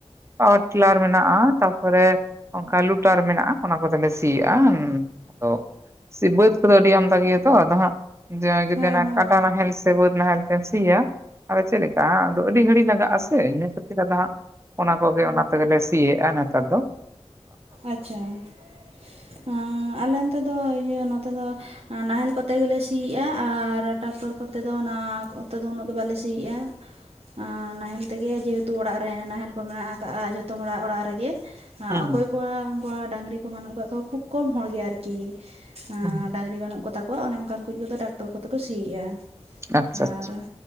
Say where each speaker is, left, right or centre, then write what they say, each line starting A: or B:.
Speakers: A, on the right; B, on the right.
A: ᱯᱟᱣᱟᱨ ᱴᱮᱞᱟᱨ ᱢᱮᱱᱟᱜᱼᱟ ᱛᱟᱯᱚᱨᱮ ᱚᱱᱠᱟ ᱞᱩᱴᱟᱨ ᱢᱮᱱᱟᱜᱼᱟ ᱚᱱᱟ ᱠᱚᱛᱮᱞᱮ ᱥᱤ ᱮᱭᱟ ᱦᱮᱸ ᱛᱚ. ᱾ ᱥᱮ ᱵᱟᱹᱫᱽ ᱠᱚᱫᱚ ᱟᱹᱰᱤ ᱟᱢᱫᱟ ᱜᱮᱭᱟ ᱛᱚ ᱟᱫᱚ ᱦᱸᱟᱜ ᱡᱟᱜᱮ
B: ᱦᱮᱸ ᱦᱮᱸ
A: <inaudible> ᱠᱟᱴᱟ ᱱᱟᱦᱮᱞ ᱵᱟᱹᱫ ᱱᱟᱦᱮᱞ ᱛᱮᱢ ᱥᱤᱭᱟ ᱪᱮᱫ ᱞᱮᱠᱟ ᱟᱹᱰᱤ ᱜᱷᱟᱹᱲᱤ ᱞᱟᱜᱟᱜᱼᱟ ᱾ ᱥᱮ ᱤᱱᱟᱹ ᱠᱷᱟᱹᱛᱤᱨ ᱜᱮ ᱟᱫᱚ ᱦᱟᱸᱜ ᱚᱱᱟ ᱠᱚᱜᱮ ᱚᱱᱟ ᱛᱮᱜᱮᱞᱮ ᱥᱤᱭᱮᱫᱼᱟ ᱱᱮᱛᱟᱨ ᱫᱚ ᱾
B: ᱟᱪᱪᱷᱟ ᱾ ᱟᱞᱮ ᱱᱚᱛᱮ ᱫᱚ ᱤᱭᱟᱹ ᱱᱚᱛᱮ ᱫᱚ ᱱᱟᱦᱮᱞ ᱠᱚᱛᱮ ᱜᱮᱞᱮ ᱥᱤᱭᱮᱫᱼᱟ ᱟᱨ ᱴᱟᱠᱴᱚᱨ ᱠᱚᱛᱮ ᱫᱚ ᱚᱱᱟ ᱚᱛ ᱫᱚ ᱩᱱᱟᱹᱜ ᱫᱚ ᱵᱟᱞᱮ ᱥᱤᱭᱮᱫᱼᱟ ᱾ ᱱᱟᱦᱮᱞ ᱛᱮᱜᱮ ᱡᱮᱦᱮᱛᱩ ᱚᱲᱟᱜ ᱨᱮ ᱱᱟᱦᱮᱞ ᱠᱚ ᱢᱮᱱᱟᱜ ᱠᱟᱜᱼᱟ ᱡᱷᱚᱛᱚ ᱦᱚᱲᱟᱜ ᱚᱲᱟᱜ ᱨᱮᱜᱮ ᱾
A: ᱦᱩᱸ
B: ᱚᱠᱚᱭ
A: ᱦᱩᱸ
B: ᱠᱚᱣᱟᱜ ᱩᱱᱠᱩ ᱰᱟᱝᱨᱤ ᱠᱚ ᱵᱟᱹᱱᱩᱜ ᱠᱟᱫ ᱠᱚᱣᱟ ᱠᱷᱩᱵ ᱠᱚᱢ ᱦᱚᱲ ᱜᱮ ᱟᱨᱠᱤ ᱾ ᱟᱸᱻ
A: ᱦᱩᱸ
B: ᱰᱟᱝᱨᱤ ᱵᱟᱹᱱᱩᱜ ᱠᱚᱛᱟ ᱠᱚᱣᱟ ᱚᱱᱮ ᱚᱱᱠᱟᱱ ᱠᱚ ᱠᱚᱫᱚ ᱴᱟᱠᱴᱚᱨ ᱠᱚᱛᱮ ᱠᱚ ᱥᱤᱭᱮᱫᱼᱟ ᱾
A: ᱟᱪᱪᱷᱟ
B: ᱟᱨ
A: ᱟᱪᱪᱷᱟ
B: ᱾